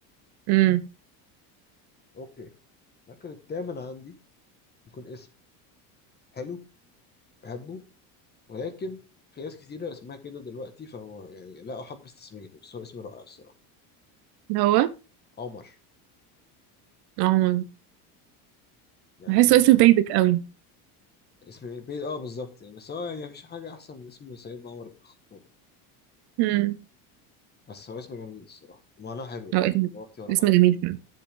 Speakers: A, on the right; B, on the left.
A: امم
B: اوكي المركز الثامن عندي يكون اسم حلو بحبه ولكن في ناس كتيرة اسمها كده دلوقتي فهو يعني لا أحبذ تسميته بس هو اسم رائع الصراحة
A: ده هو
B: عمر
A: عمر
B: يعني
A: بحسه اسم بيزك قوي
B: اسم بي... اه بالظبط يعني بس هو يعني مفيش حاجة أحسن من اسم سيدنا عمر بن الخطاب
A: امم
B: بس هو اسم جميل الصراحة ومعناه حلو يعني
A: هو اسم
B: دلوقتي ورا
A: اسم
B: معناه
A: جميل فعلا